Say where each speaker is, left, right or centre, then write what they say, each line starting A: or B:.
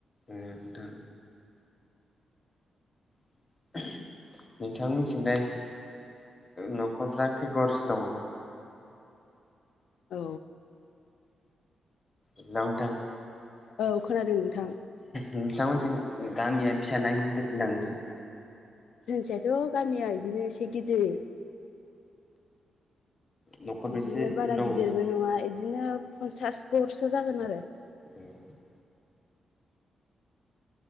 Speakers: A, on the left (about 25°); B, on the left (about 80°).
A: ओम नोंथां <inaudible> नोंथां मोनथिंलाय न'खरफ्रा खैगरसो दङ?
B: औ।
A: दाव नोथां।
B: औ खोनादों नोंथां।
A: नोंथांमोनजों गामिया फिस ना गिददिर होनदां नोंथां?
B: जोंथियाथ' गामिया बिदिनो एसे गिदिर।
A: न'खरबेसे
B: इदिनो बारा
A: दं नोंथां?
B: गिदिरबो नङा इदिनो पन्सास घरसो जागोन आरो
A: <inaudible>